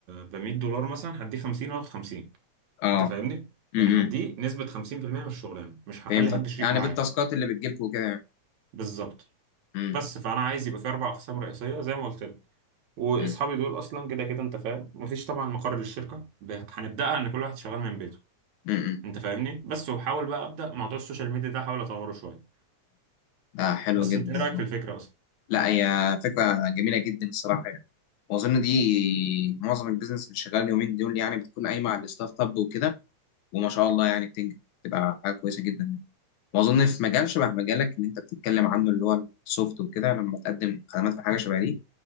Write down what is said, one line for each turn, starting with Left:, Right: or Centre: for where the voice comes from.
Right: ب 100 دولار مثلا هديه 50 واخد 50
Left: اه
Right: انت فاهمني
Left: امم
Right: يعني هديه نسبة 50% من الشغلانة مش هخلي
Left: فهمتك
Right: حد شريك
Left: يعني
Right: معايا
Left: بالتاسكات اللي بتجيلكوا وكده
Right: بالظبط
Left: امم
Right: بس فانا عايز يبقى في اربع اقسام رئيسية زي ما قلت لك واصحابي
Left: امم
Right: دول اصلا كده كده انت فاهم مفيش طبعا مقر للشركة ب- هنبداها ان كل واحد شغال من بيته
Left: امم
Right: انت فاهمني بس وحاول بقى ابدا موضوع السوشيال ميديا ده احاول اطوره شوية
Left: ده حلو
Right: بس
Left: جدا
Right: انت ايه رايك
Left: والله
Right: في الفكرة اصلا
Left: لا هي فكره جميله جدا الصراحه يعني. واظن دي معظم البيزنس اللي شغال اليومين دول يعني بتكون قايمه على الستارت اب وكده وما شاء الله يعني بتنجح بتبقى حاجه كويسه جدا يعني. واظن في مجال شبه مجالك اللي انت بتتكلم عنه اللي هو السوفت وكده لما تقدم خدمات في حاجه شبه دي